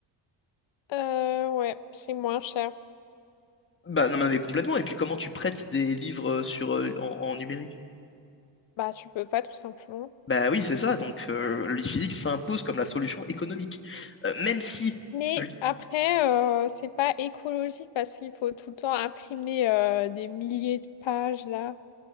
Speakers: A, on the left; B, on the left.
A: Euh, ouais, c'est moins cher.
B: Bah, non, mais complètement. Et puis, comment tu prêtes des livres euh, sur, euh, en en numérique?
A: Bah, tu peux pas tout simplement.
B: Bah oui, c'est ça. Donc euh, le lit physique s'impose comme la solution économique. Euh, même si
A: Mais
B: le lit-
A: après, euh, c'est pas écologique parce qu'il faut tout le temps imprimer euh, des milliers de pages là,